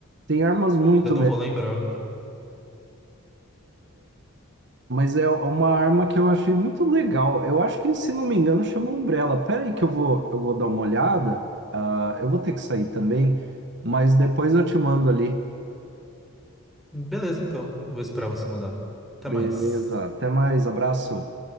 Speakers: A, on the right (about 55°); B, in the centre.
A: Tem armas muito
B: eu não vou lembrar.
A: Mas é uma arma que eu achei muito legal. Eu acho que, se não me engano, chama Umbrella. Pera aí que eu vou, eu vou dar uma olhada. Ah, eu vou ter que sair também, mas depois eu te mando ali.
B: Beleza, então. Vou esperar você mandar. Até
A: Beleza.
B: mais.
A: Até mais. Abraço.